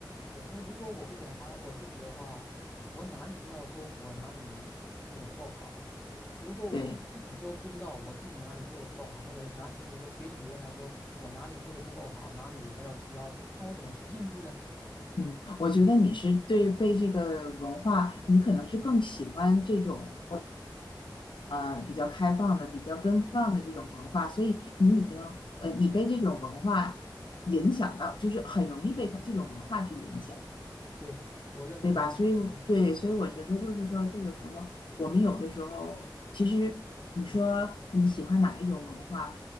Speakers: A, on the left; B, on the left.
A: 我说如果我不表达我自己的话，我哪里知道说我哪里做的不够好？如果我自己都不知道我自己哪里做的不够好，
B: 对。
A: 或者哪就是说学语言来说，我哪里做的不够好，哪里还要提高，那我怎么去进步嘞？
B: 嗯，我觉得你是对被这个文化，你可能是更喜欢这种呃比较开放的、比较奔放的这种文化，所以你已经呃你被这种文化影响到，就是很容易被它这种文化去影响。
A: 对，我认同。
B: 对吧？所以对，
A: 对，
B: 所以我觉得就是说，这个时候我们有的时候，其实你说你喜欢哪一种文化，
A: 嗯，